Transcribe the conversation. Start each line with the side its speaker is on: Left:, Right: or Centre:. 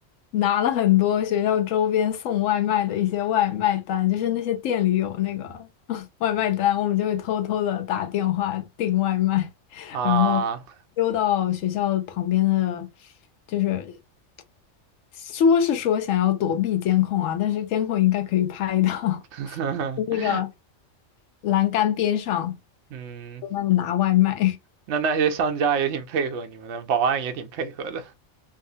Left: 拿了很多学校周边送外卖的一些外卖单，就是那些店里有那个 <laughs> 外卖单，我们就会偷偷的打电话订外卖，
Right: 啊。
Left: 然后溜到学校旁边的，就是说是说想要躲避监控啊，但是监控应该可以拍到
Right: <laughs>
Left: <laughs> 那个栏杆边上，
Right: 嗯，
Left: 在那里拿外卖。
Right: 那那些商家也挺配合你们的，保安也挺配合的。